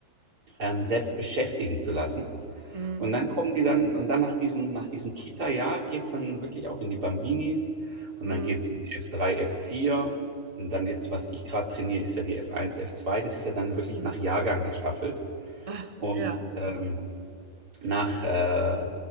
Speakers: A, on the right; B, on the right.
A: ähm, selbst beschäftigen zu lassen.
B: Mhm.
A: Und dann kommen die dann, und dann nach diesem, nach diesem Kita-Jahr geht es dann wirklich auch in die Bambinis und
B: Mhm.
A: dann geht es in die F3, F4 und dann jetzt, was ich gerade trainiere, ist ja die F1, F2. Das ist ja dann wirklich
B: Mhm.
A: nach Jahrgang gestaffelt.
B: Ah,
A: Und
B: ja.
A: ähm, nach, äh,